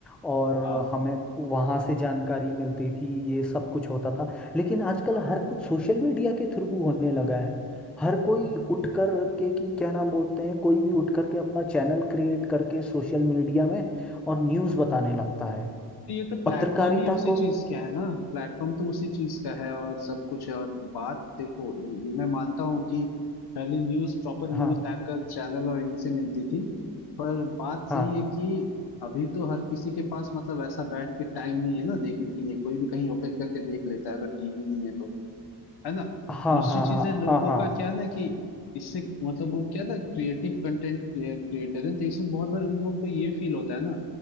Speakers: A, in the centre; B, on the left.
A: और
B: हाँ
A: अ, हमें वहाँ से जानकारी मिलती थी ये सब कुछ होता था लेकिन आजकल
B: हाँ
A: हर कुछ सोशल मीडिया के थ्रू होने लगा है हर कोई उठ कर के कि क्या नाम बोलते हैं कोई भी उठ कर के अपना चैनल क्रिएट करके सोशल मीडिया में और न्यूज़ बताने लगता है
B: तो ये तो प्लेटफॉर्म
A: पत्रकारिता
B: ही उसी
A: को
B: चीज का है ना प्लेटफॉर्म तो उसी चीज का है और सब कुछ है और बात देखो ये मैं मानता हूँ कि पहले news proper news
A: हाँ
B: anchor channel और इनसे मिलती थी पर बात
A: हाँ
B: सही है कि अभी तो हर किसी के पास मतलब ऐसा बैठ के टाइम नहीं है ना देखने के लिए कोई भी कहीं ओपन करके देख लेता है अगर टीवी नहीं है तो है ना
A: हाँ
B: दूसरी
A: हाँ
B: चीज
A: हाँ
B: है लोगों
A: हाँ हाँ
B: का क्या ना कि इससे मतलब वो क्या था क्रिएटिव कंटेंट क्रिएटर है तो इसमें बहुत बार उन लोग को ये फील होता है ना